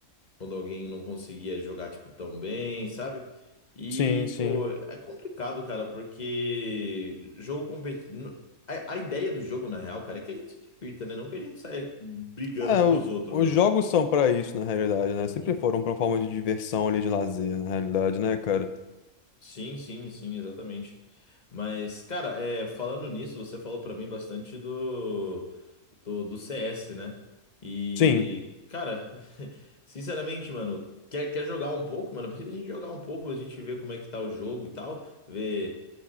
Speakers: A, on the left; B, on the left.
A: quando alguém não conseguia jogar, tipo, tão bem, sabe? E,
B: Sim, sim.
A: pô, é complicado, cara, porque jogo competitivo. A, a ideia do jogo, na real, cara, é que a gente se divirta, né? Não que a gente saia brigando
B: É,
A: <laughs>
B: o-
A: com os outros,
B: os
A: mano.
B: jogos são pra isso, na realidade, né?
A: Uhum.
B: Sempre foram pra uma forma de diversão ali, de lazer, na realidade, né, cara?
A: Sim, sim, sim, exatamente. Mas, cara, é, falando nisso, você falou pra mim bastante do, do, do CS, né? E,
B: Sim.
A: cara, <laughs> sinceramente, mano, quer, quer jogar um pouco, mano? Precisa a gente jogar um pouco, a gente ver como é que tá o jogo e tal, ver,